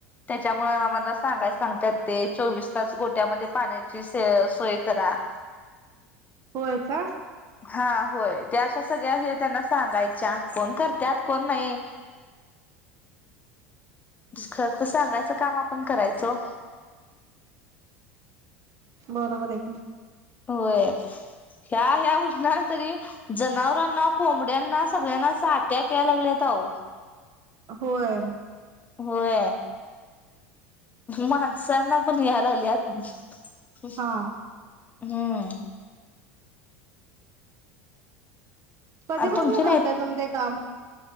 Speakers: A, on the left; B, on the right.
A: त्याच्यामुळे आम्हाला सांगाय सांगत ते चोवीस तास गोट्यामध्ये पाण्याची सोय करा
B: होय का
A: हा होय त्या अशा सगळ्या हे त्यांना सांगायच्या कोण करतत कोण नाही खरं तर सांगायचं काम आपण करायचो
B: बरोबर आहेम
A: होय ह्या ह्या उष्णार तरी जनावरांना कोंबड्यांना सगळ्यांना साट्या यायला लागल्यातह
B: होय
A: होयण माणसांना पण या्यायला लागली आत
B: हा
A: हम्म
B: कधीपसून
A: तुमची नाहीत
B: करताय तुम्ही ते काम